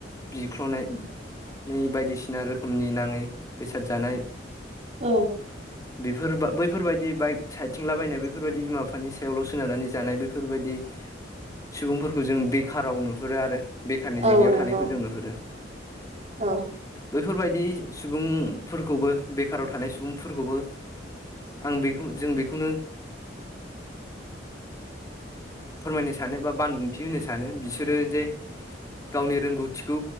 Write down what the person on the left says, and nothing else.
बिख्ल'नाय नै बायदिसिना रोखोमनि नाङै बेसाद जानाय।
बेफोरा बै बेफोरबायदि बाइक सायथिंलाबायनाय बेफोरबायदि बिमा बिफानि सायावल' सोनारनानै जानाय बेैफोरबायदि सुबुंफोरखौ जों बेखाराव नुहुरो आरो । बेखारनि जेंनायाव
थानायखौ जों नुहुरो।
बेफोरबायदि सुबुंफोरखौबो बेखाराव थानाय सुबुंफोरखौबो। आं बेखौ जों बेखौनो फोरमायनो सानो बा बानबुंथि होनो सानो बिसोरो जे गावनि रोंगौथिखौ,